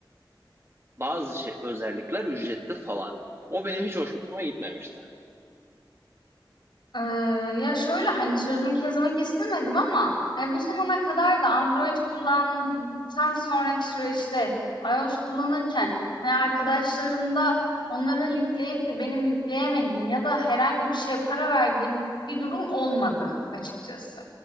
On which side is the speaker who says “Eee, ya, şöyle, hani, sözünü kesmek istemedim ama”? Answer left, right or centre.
Left